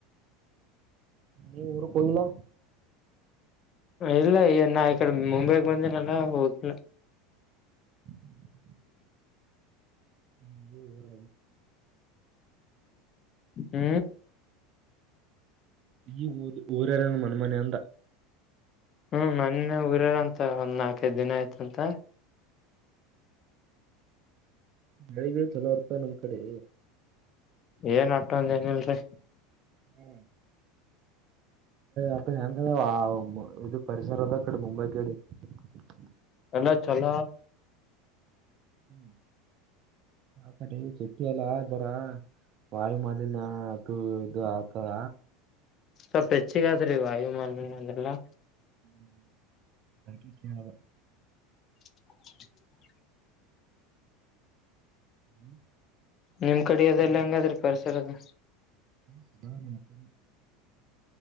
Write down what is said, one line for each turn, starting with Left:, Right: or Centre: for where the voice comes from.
Right: ನೀ ಊ ಕಯಲಾ
Left: ಇಲ್ಲ ನಾ ಈ ಕಡೆ ಮುಂಬೈಗ ಬಂದ ನಲ್ಲ ಹೋಗಿಲ್ಲ
Right: ಹ್ಮ್ ಹ್ಮ ಹರ
Left: ಹ್ಮ್
Right: ಈ ಊದ ಊರಾರ ಮನ್ಮನೆ ಅಂತ
Left: ಹ್ಮ್ ಮನ್ನ ಊರಾರಂತ ಒಂದ್ ನಾಲ್ಕದ್ ದಿನ ಆಯ್ತಂತ
Right: ಬೆಳಿಗಳ ಚಲೋ ಬರ್ತ ನಮ್ ಕಡೆ
Left: ಏನ್ ಅಟ್ಟೊಂದ ಏನಿಲ್ರಿ
Right: ಹ್ಮ್ ಅ ಹೆ ಇದು ಪರಿಸರ ಅದ ಕಡೆ ಮುಂಬೈ ಕಡೆ <unintelligible>
Left: ಎಲ್ಲ ಚಲ
Right: ಹ್ಮ್ ಆಕಡೆ ಸಿಟ್ಟಿ ಎಲ್ಲರ ವಾಯು ಮಾಲನ್ಯ ಅದು. ದು ಆತಾ.
Left: ಸ್ವಲ್ಪ ಹೆಚ್ಚಿಗಾದ್ರೀ ವಾಯುಮಾನಯ ಅದೆಲ್ಲಾ.
Right: ಹ್ಮ ಬಕಿ ಕೇಳಾವ <inaudible>
Left: <unintelligible>
Right: ಹ್ಮ್ <inaudible>
Left: ನಿಮ್ ಕಡೆ ಅದೆಲ್ಲ ಹೆಂಗಾದ್ರಿ ಪರಿಸರದ.
Right: ಹ್ಮ ಬ ನತ <inaudible>